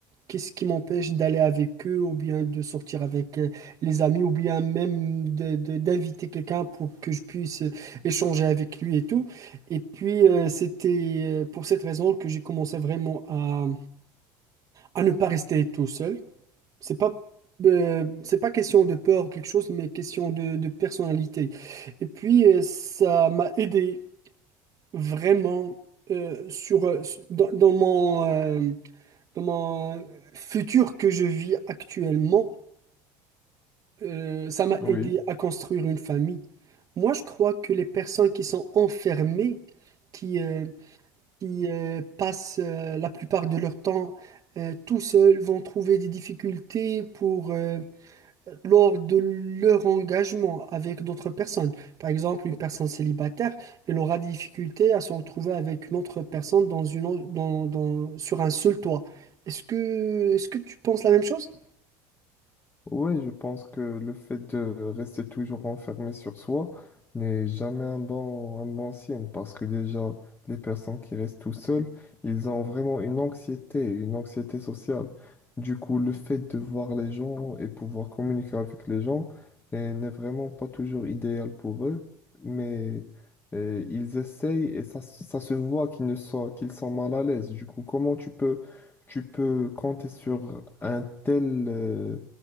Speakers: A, on the right; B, on the left.
A: Qu'est-ce qui m'empêche d'aller avec eux ou bien de sortir avec euh, les amis ou bien même de, de- d'inviter quelqu'un pour que je puisse euh, échanger avec lui et tout. Et puis, euh, c'était euh, pour cette raison que j'ai commencé vraiment à, à ne pas rester tout seul. C'est pas, euh, c'est pas question de peur ou quelque chose, mais question de, de personnalité. Et puis, euh, ça m'a aidé vraiment euh, sur, euh, dans, dans mon... euh, dans mon futur que je vis actuellement, euh, ça m'a
B: oui.
A: aidé à construire une famille. Moi, je crois que les personnes qui sont enfermées, qui, euh, qui euh, passent euh, la plupart de leur temps euh, tout seuls, vont trouver des difficultés pour, euh, lors de leur engagement avec d'autres personnes. Par exemple, une personne célibataire, elle aura des difficultés à se retrouver avec une autre personne dans une au- dans, dans- sur un seul toit. Est-ce que, est-ce que tu penses la même chose?
B: Oui, je pense que le fait de rester toujours enfermé sur soi n'est jamais un bon, un bon signe parce que déjà, les personnes qui restent tout seules, ils ont vraiment une anxiété, une anxiété sociale. Du coup, le fait de voir les gens et pouvoir communiquer avec les gens eh, n'est vraiment pas toujours idéal pour eux, mais eh, ils essayent et ça, ça se voit qu'ils ne sont, qu'ils sont mal à l'aise. Du coup, comment tu peux, tu peux compter sur un tel... euh,